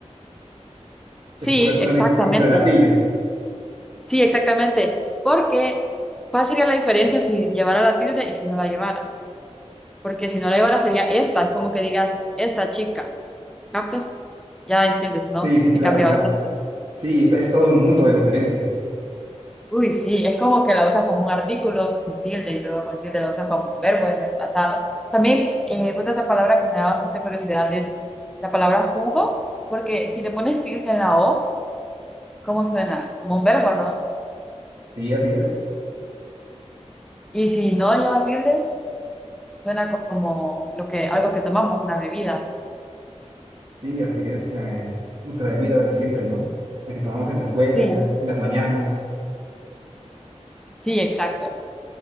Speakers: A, in the centre; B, on the right (about 55°).
A: Sí,
B: Es por eso de
A: exactamente.
B: la importancia de la tilde.
A: Sí, exactamente. Porque, ¿cuál sería la diferencia si llevara la tilde y si no la llevara? Porque si no la llevara sería esta, es como que digas, esta chica, ¿captas? Ya entiendes, ¿no?
B: Sí, sí,
A: Que
B: claro,
A: cambia
B: claro.
A: bastante.
B: Sí, t- es todo un mundo de diferencia.
A: Uy, sí, es como que la usas como un artículo sin tilde y luego con tilde la usas como un verbo en el pasado. También, eh, otra palabra que me da bastante curiosidad es la palabra jugo, porque si le pones tilde en la O, ¿cómo suena? Como un verbo, ¿no?
B: Sí, así es.
A: Y si no lleva tilde, Suena como lo que, algo que tomamos, una bebida.
B: Sí, así es la, nuestra vida de siempre, ¿no? La que tomamos en la escuela,
A: Sí.
B: en las mañanas.
A: Sí, exacto.